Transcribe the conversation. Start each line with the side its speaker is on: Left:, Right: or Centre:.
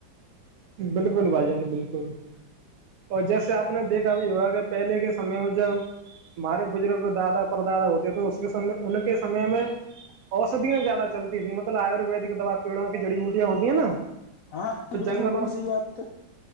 Right: بالکل بھائی جان بالکل اور جیسے آپ نے دیکھا بھی ہوگا کہ پہلے کے سمے میں جب ہمارے بزرگ دادا پر دادا ہوتے تو اس کے سے انہیں کے سمے میں اودیاں زیادہ چلتی تھیں مطلب آیورویدک دوا پیڑوں کی جڑی بوٹیاں ہوتی ہیں نا
Left: ہاں ج بالکل
Right: جگوں
Left: وہ بھی
Right: سے
Left: صحیح بات ہے